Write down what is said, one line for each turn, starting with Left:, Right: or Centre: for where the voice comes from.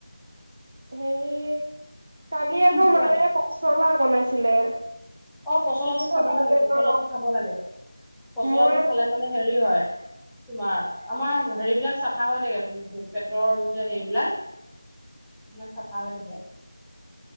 Right: হেৰি কালি আকৌ
Centre: কোৱা
Right: মাৰে পচলা বনাইছিলে
Centre: অ পচলাটো
Right: পচলা
Centre: খাব লাগে
Right: যে
Centre: পচলাটো
Right: অ
Centre: খাব লাগে পচলাটো
Right: মই
Centre: খালে মানে হেৰি হয় তোমাৰ আমাৰ হেৰিবিলাক চাফা হৈ থাকে পেটৰ যে হেৰিবিলাক এইবিলাক চাফা হৈ থাকে